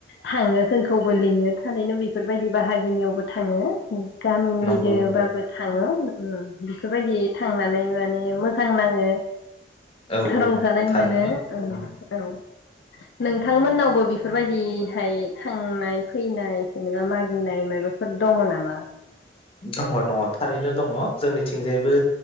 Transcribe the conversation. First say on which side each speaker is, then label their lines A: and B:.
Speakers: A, on the left; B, on the left.
A: थाङो जों खौबो लिङो थारैनो बेफोरबायदि बाहागिनियाव बो थाङो गामिनि
B: नंगौ
A: दोबाबो
B: नंगौ
A: थाङो ओम बेफोरबायदि थांनानै माने मोजां नाङो
B: औ औ
A: रंजानाय
B: थारैनो
A: मोनो ओं
B: औ
A: औ थांमोननावबो बेफोरबायदिहाय थांनाय फैनाय जेनेबा मागिनाय मायबाफोर दङ नामा
B: दङ दङ थारैनो दङ जोंनिथिंजायबो